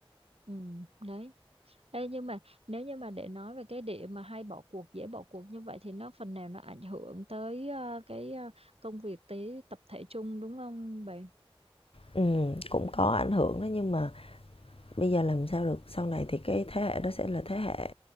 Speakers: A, on the right (about 80°); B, on the left (about 70°).
A: ừ đấy Ê, nhưng mà nếu như mà để nói về cái điểm mà hay bỏ cuộc dễ bỏ cuộc như vậy thì nó phần nào nó ảnh hưởng tới ờ, cái ờ, công việc tới tập thể chung đúng không bạn
B: Ừm, cũng có ảnh hưởng đó nhưng mà bây giờ làm sao được, sau này thì cái thế hệ đó sẽ là thế hệ